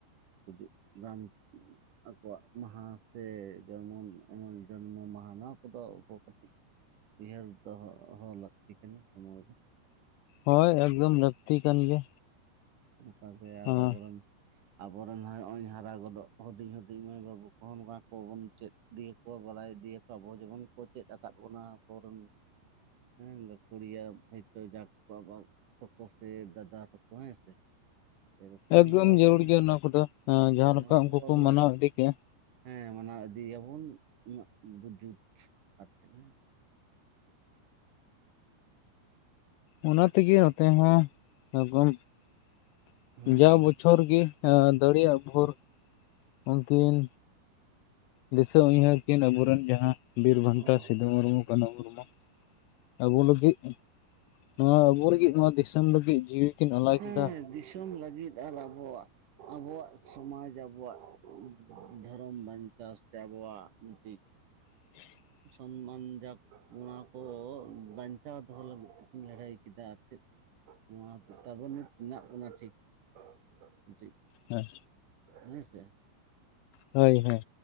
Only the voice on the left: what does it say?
ᱦᱳᱭ ᱮᱠᱫᱚᱢ ᱞᱟᱹᱠᱛᱤ ᱠᱟᱱ ᱜᱮᱭᱟ᱾
ᱦᱮᱸ
ᱮᱠᱫᱚᱢ
ᱡᱟᱹᱨᱩᱲ
ᱜᱮᱭᱟ ᱱᱚᱣᱟ ᱠᱚᱫᱚ
ᱡᱟᱦᱟᱸ
ᱞᱮᱠᱟ
ᱩᱱᱠᱩ
ᱢᱟᱱᱟᱣ ᱤᱫᱤ ᱠᱮᱜᱼᱟ
ᱚᱱᱟ ᱛᱮᱜᱮ ᱱᱚᱛᱮ ᱦᱚᱸ <unintelligible>
ᱡᱟ ᱵᱚᱪᱷᱚᱨ ᱜᱤ ᱮ ᱫᱟᱲᱮᱭᱟᱜ ᱵᱷᱳᱨ ᱩᱱᱠᱤᱱ ᱫᱤᱥᱟᱹ ᱩᱭᱦᱟᱹᱨ ᱠᱤᱱ ᱟᱵᱩᱨᱤᱱ ᱡᱟᱦᱟᱸ ᱵᱤᱨ-ᱵᱷᱟᱱᱴᱟ
ᱥᱤᱫᱩ ᱢᱩᱨᱢᱩ ᱠᱟ. ᱱᱩ ᱢᱩᱨᱢᱩ ᱟᱵᱩ ᱞᱟᱹᱜᱤᱫ ᱱᱚᱣᱟ ᱟᱵᱚ ᱞᱟᱹᱜᱤᱫ ᱱᱚᱣᱟ ᱫᱤᱥᱚᱢ ᱞᱟᱹᱜᱤᱫ ᱡᱤᱣᱤ ᱠᱤᱱ ᱟᱞᱟᱭ
ᱠᱮᱫᱟ᱾
<inaudible>
ᱦᱮᱸ
ᱦᱳᱭ ᱦᱳᱭ।